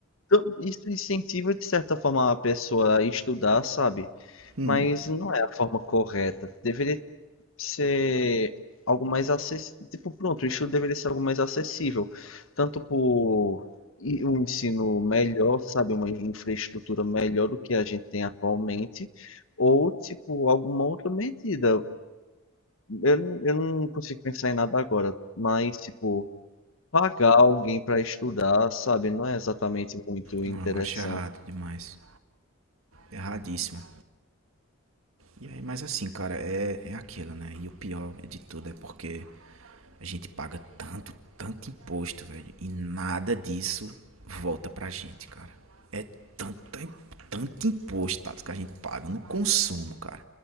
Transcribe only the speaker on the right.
Uhum.
Não, Eu acho errado demais. Erradíssimo. E aí, mas assim, cara, é, é aquilo, né? E o pior de tudo é porque A gente paga tanto, tanto imposto, velho, e nada disso volta pra gente, cara. É tanto, tanto imposto, Thales, que a gente paga no consumo, cara.